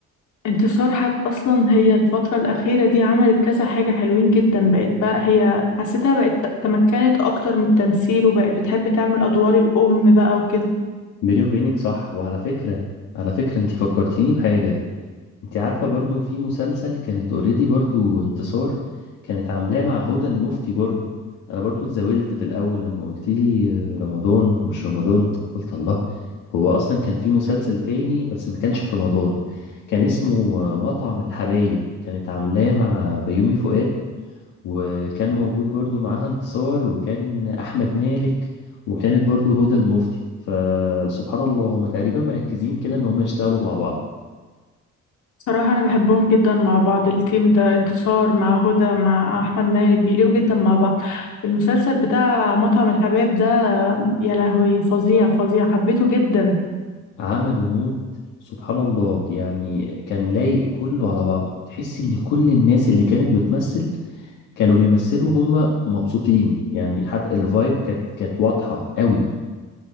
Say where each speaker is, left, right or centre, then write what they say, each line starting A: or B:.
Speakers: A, on the left; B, on the left.
A: انتصار حت اصلا هي الفترة الأخيرة دي عملت كذا حاجة حلوين جدا بقت بقى هي حسيتها بقت تمكنت اكتر من التمثيل وبقت بتحب تعمل ادوار الأم بقى وكده
B: بيني وبينِك صح. وعلى فكرة، على فكرة أنتِ فكّرتيني بحاجة. انت عارفة برضو في مسلسل كانت اوريدي برضو انتصار كانت عاملاه مع هدى المفتي برضو انا برضو اتزاولت في الاول لما قلت لي رمضان ومش رمضان قلت الله هو اصلا كان في مسلسل تاني بس ما كانش في رمضان كان اسمه مطعم الحبايب كانت عاملاه مع بيومي فؤاد وكان موجود برضو معاها انتصار وكان احمد مالك وكانت برضو هدى المفتي فسبحان الله هما تقريبا مركزين كده ان هما يشتغلوا مع بعض
A: صراحة أنا بحبهم جدا مع بعض التيم ده انتصار مع هدى مع أحمد مالك بيليقوا جدا مع بعض المسلسل بتاع مطعم الحباب ده يا لهوي فظيع فظيع حبيته جدا
B: عملوا مود سبحان الله يعني كان لايق كله على بعضه تحس ان كل الناس اللي كانت بتمثل كانوا بيمثلوا هم مبسوطين يعني حتى الفايب كانت كانت واضحة قوي